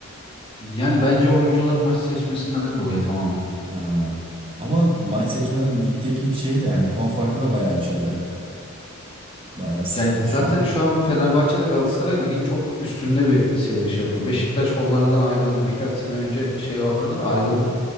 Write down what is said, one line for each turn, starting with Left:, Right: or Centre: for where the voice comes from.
Left: Yani bence oyuncuların maç seçmesinden dolayı tamamen.
Right: Ha, ama maç seçmeden ligdeki şey de hani puan farkı da bayağı açıldı. Bayağı sıkıntı
Left: Yani zaten
Right: şu an.
Left: şu an Fenerbahçe ile Galatasaray ligin çok üstünde bir seyir şey yapıyor. Beşiktaş onlardan ayrıldı. Birkaç sene önce şey vardı da ayrıldı.